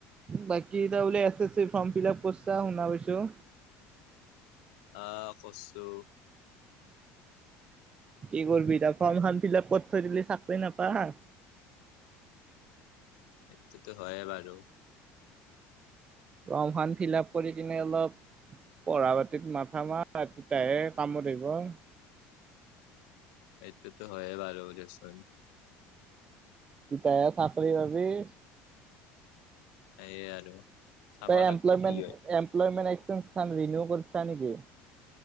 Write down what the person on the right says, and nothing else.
বাকী তই বোলে এছ-এছ-চি ফৰ্ম ফিলাপ কৰিছা, শুনা পাইছো।
কি কৰিবি এতিয়া, ফৰ্মখন ফিলাপ কৰি থৈ দিলি চাকৰি নাপা।
ফৰ্মখন ফিলাপ কৰি কিনে অলপ পঢ়া-পাতিত মাথা মাৰ, তেতিয়াহে কামত আহিব ।
তেহে চাকৰি পাবি ।
তই
এমপ্লয়মেণ্ট
এমপ্লয়মেণ্ট এক্সচেঞ্জ খন ৰিনিউ কৰিছা নেকি?